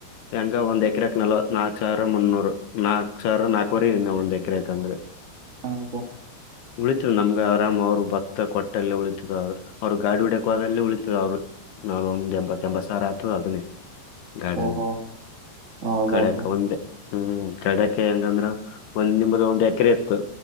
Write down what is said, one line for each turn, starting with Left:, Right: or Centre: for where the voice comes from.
Left: ಹೆಂಗ ಒಂದ್ ಎಕರೆಕ್ ನಲ್ವ ನಾಕ ಸಾವಿರ ಮುನ್ನೂರು ನಾಕ್ ಸಾವಿರ ನಾಕುವರೆ ಇ <unintelligible> ಒಂದ್ ಎಕರೆಕ್ ಅಂದ್ರೆ
Right: ಹದ <unintelligible>
Left: ಉಳಿತಿದ ನಮ್ಗ ಆರಾಮ್ ಅವ್ರು ಭತ್ತ ಕೊಟ್ಟಲ್ಲಿ ಉಳಿತದ ಆದ್ರ ಅವ್ರು ಗಾಡಿ ಹೋಡ್ಯಕ ಹೋದಲ್ಲಿ ಉಳಿತದ ಅವ್ರು. ಮ್ಯಾಲ್ ಒಂದ್ ಎಂಬತ್ತ ಎಂಬತ್ತ ಸಾವಿರ ಆತದ ಅದನೇ. ಗಾಡಿದು
Right: ಓಹೋ ಹೌದಾ
Left: ಕಡ್ಯಕ
Right: ಬ್ರೋ
Left: ಒಂದೆ. ಹ್ಮ್ ಕಡೇಕ್ಕೆ ಹೆಂಗಂದ್ರ ಒಂದ್ ನಿಮ್ದ ಒಂದ್ ಎಕರೆ ಇತ್ತು